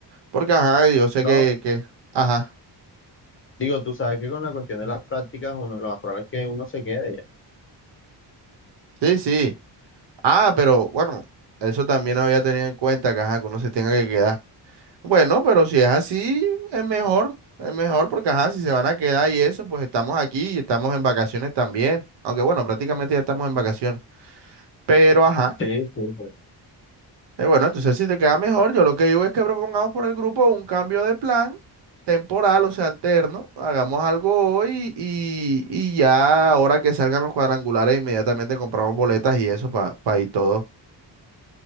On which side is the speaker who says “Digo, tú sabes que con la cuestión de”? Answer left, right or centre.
Left